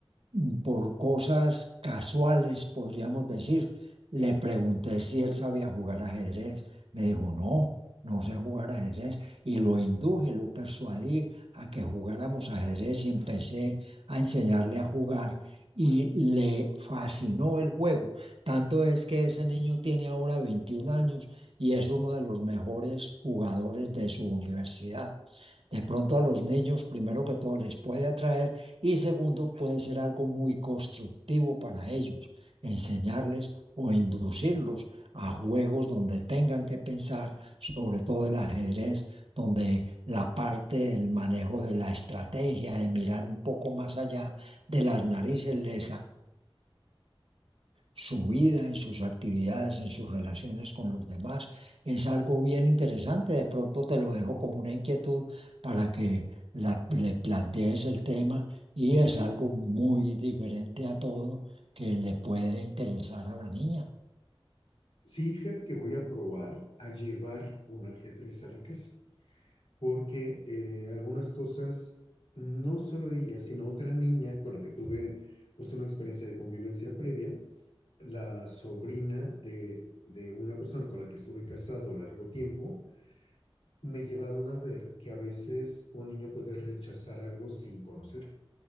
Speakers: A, on the right; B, on the left.
A: mm, por cosas casuales, podríamos decir. Le pregunté si él sabía jugar ajedrez. Me dijo, no, no sé jugar ajedrez. Y lo induje, lo persuadí a que jugáramos ajedrez y empecé a enseñarle a jugar. Y le fascinó el juego. Tanto es que ese niño tiene ahora 21 años y es uno de los mejores jugadores de su universidad de pronto a los niños, primero que todo, les puede atraer y segundo, puede ser algo muy constructivo para ellos, enseñarles o inducirlos a juegos donde tengan que pensar, sobre todo el ajedrez, donde la parte del manejo de la estrategia, de mirar un poco más allá de las narices, les su vida, en sus actividades, en sus relaciones con los demás. Es algo bien interesante. De pronto te lo dejo como una inquietud para que la- le plantees el tema y es algo muy diferente a todo que le puede interesar a la niña.
B: Sí, fíjate que voy a probar a llevar un ajedrez a la casa. porque eh, algunas cosas, no solo ella, sino otra niña con la que tuve pues una experiencia de convivencia previa, la sobrina de, de una persona con la que estuve casado largo tiempo, me llevaron a ver que a veces un niño puede rechazar algo sin conocerlo